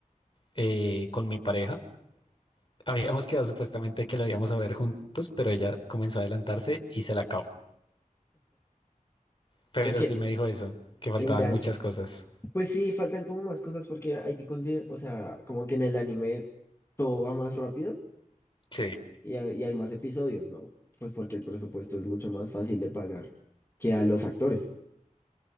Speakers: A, on the left; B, on the left.
A: eh, con mi pareja. <laughs> Habíamos quedado supuestamente que lo íbamos a ver juntos, pero ella comenzó a adelantarse y se la acabó. Pero
B: Es que
A: sí me dijo eso, que faltaban
B: engancha.
A: muchas cosas.
B: Pues sí, faltan como más cosas porque hay que conseguir, o sea, como que en el anime todo va más rápido
A: Sí.
B: y hay, y hay más episodios, ¿no? Pues porque el presupuesto es mucho más fácil de pagar que a los actores.